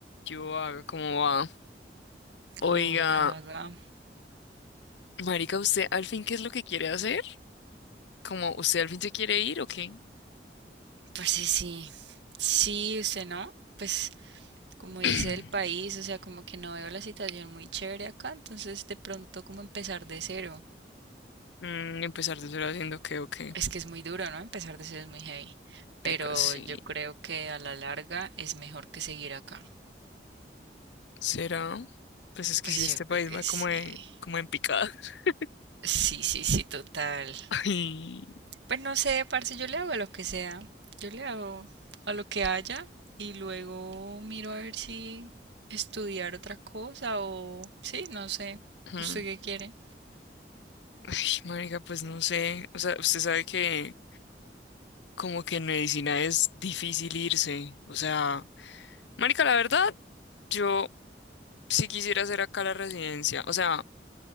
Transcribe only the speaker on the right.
Oh, la verdad.
Pues sí, sí. Sí, usted no. Pues como irse
del país, o sea, como que no veo la situación muy chévere acá, entonces de pronto como empezar de cero.
Es que es muy duro, ¿no? Empezar de cero es muy heavy.
Pero
yo creo que a la larga es mejor que seguir acá.
Pues
yo
creo que
sí.
Sí, sí, sí, total.
Pues no sé, parce, yo le hago a lo que sea. Yo le hago a lo que haya y luego miro a ver si estudiar otra cosa o... Sí, no sé.
¿Usted qué quiere?